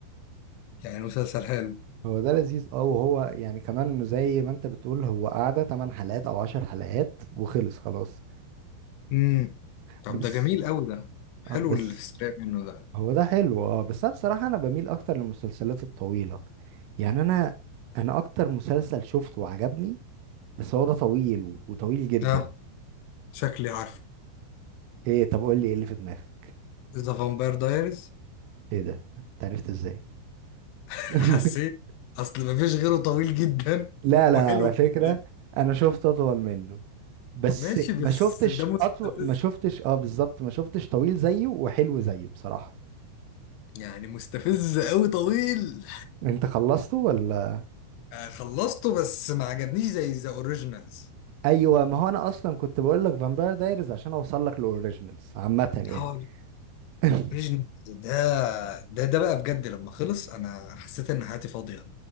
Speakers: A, on the left; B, on the right.
A: يعني مسلسل حلو
B: هو ده لذيذ اه وهو يعني كمان زي ما انت بتقول هو قعدة 8 حلقات او 10 حلقات وخلص خلاص
A: امم طب
B: بس
A: ده جميل قوي ده حلو
B: اه بس
A: اللي في السريع منه ده
B: هو ده حلو اه بس انا بصراحه انا بميل اكتر للمسلسلات الطويله يعني انا انا اكتر مسلسل شفته وعجبني بس هو ده طويل وطويل جدا
A: ده شكلي عارفه
B: ايه طب قول لي ايه اللي في دماغك
A: ذا فامباير دايرز
B: ايه ده انت عرفت ازاي
A: <laughs>
B: <laughs>
A: حسيت اصل مفيش غيره طويل جدا
B: لا لا
A: وحلو
B: على فكرة
A: جدا
B: انا شفت اطول منه بس
A: ماشي بس
B: ما شفتش
A: ده مستفز
B: اطول ما شفتش اه بالظبط ما شفتش طويل زيه وحلو زيه بصراحة
A: يعني مستفز قوي طويل
B: انت خلصته ولا
A: آه، خلصته بس ما عجبنيش زي ذا اوريجينالز
B: ايوه ما هو انا اصلا كنت بقول لك فامباير دايريز عشان اوصل لك الاوريجينالز عامة يعني
A: اه
B: <laughs>
A: الاوريجينالز ده ده ده بقى بجد لما خلص انا حسيت ان حياتي فاضيه